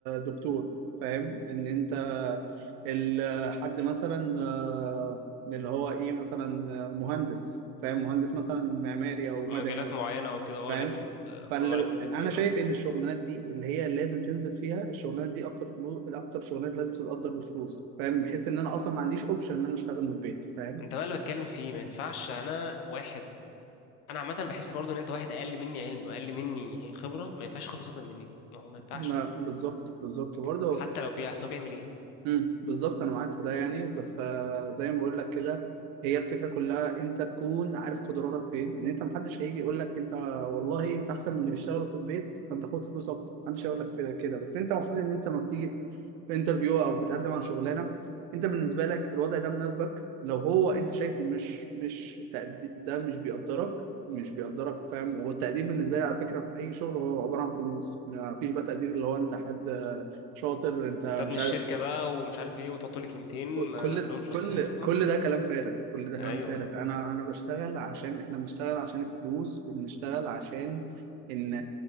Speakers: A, on the right; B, on the left.
A: دكتور فاهم ان انت ال- حد مثلا آه، اللي هو ايه مثلا آه، مهندس فاهم مهندس مثلا معماري او
B: في
A: مدني
B: مجالات معينة أو كده اه
A: فاهم
B: لازم ت- أقسام
A: فانا
B: لازم تنزل بقى
A: شايف ان الشغلانات دي اللي هي لازم تنزل فيها الشغلانات دي اكتر فلوس اكتر شغلانات لازم تتقدر بفلوس فاهم بحيث ان انا اصلا ما عنديش اوبشن ان انا اشتغل من البيت فاهم
B: أنت بقى اللي بتكلم فيه ما ينفعش أنا واحد أنا عامة بحس برضه إن أنت واحد أقل مني علم وأقل مني خبرة ما ينفعش خبرة أكتر مني ما هو ما ينفعش
A: لا،
B: يعني
A: بالظبط بالظبط
B: ب-
A: برضه
B: حتى لو بيع أصل هو بيعمل إيه؟
A: امم بالظبط انا معاك في ده يعني بس آه، زي ما بقول لك كده هي الفكره كلها انت تكون عارف قدراتك فين ان انت محدش هيجي يقول لك انت والله انت احسن من اللي بيشتغلوا في البيت فانت خد فلوس اكتر محدش هيقول لك كده كده. بس انت المفروض ان انت ما بتيجي في انترفيو او بتقدم على شغلانه انت بالنسبه لك الوضع ده مناسبك لو هو انت شايفه مش مش تقدي- ده مش بيقدرك مش بيقدرك فاهم هو التقدير بالنسبه لي على فكره في اي شغل هو عباره عن فلوس ما فيش بقى تقدير اللي هو انت حد شاطر انت
B: انت ابن
A: مش
B: الشركه
A: عارف
B: بقى ومش عارف ايه وتقعد تقول لي كلمتين ما
A: كل كل
B: لهمش
A: كل
B: <laughs> لازمه
A: كل ده كلام فارغ كل ده كلام
B: ايوه
A: فارغ انا انا بشتغل عشان احنا بنشتغل عشان الفلوس وبنشتغل عشان ان